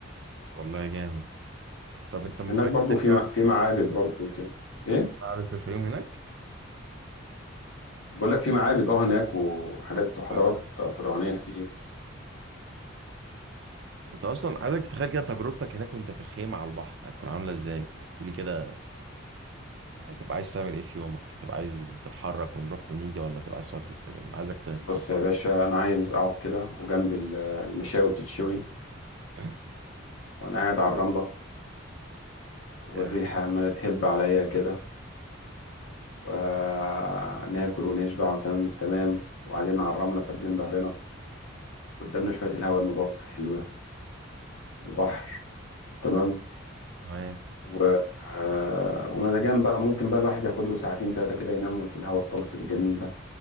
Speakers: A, on the right (about 60°); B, on the left (about 80°).
A: والله جامد طب انت مخيلتك
B: هناك برضو في
A: ايه
B: م-
A: عن الحقيقة؟
B: في معابد برضو كده ايه
A: عارف الفيوم هناك
B: بقول لك في معابد اه هناك وحاجات
A: طب
B: وحضارات
A: بعمل ده
B: فرعونية كتير
A: انت اصلا عايزك تتخيل كده تجربتك هناك وانت في الخيمه على البحر هتكون عامله ازاي احكي لي كده هتبقى عايز تعمل ايه في يومك هتبقى عايز تتحرك ونروح ونيجي ولا تبقى عايز تقعد تستجم عايزك تتفضفض
B: بص يا باشا انا عايز اقعد كده وجنب ال- المشاوي بتتشوي
A: <laughs>
B: وانا قاعد على الرملة والريحة
A: جامد.
B: عمالة تهب عليا كده وناكل ونشبع وتمام التمام وقاعدين على الرملة فاردين ظهرنا قدامنا شوية الهواء النضاف حلوة البحر تمام
A: تمام
B: و... آه، ومزاجان بقى ممكن بقى الواحد ياخد له ساعتين تلاتة كده ينامهم في الهواء الطلق الجميل ده